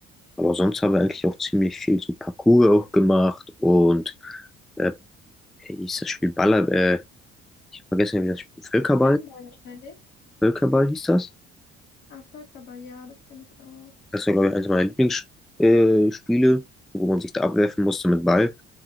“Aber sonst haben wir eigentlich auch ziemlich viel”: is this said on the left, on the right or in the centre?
Centre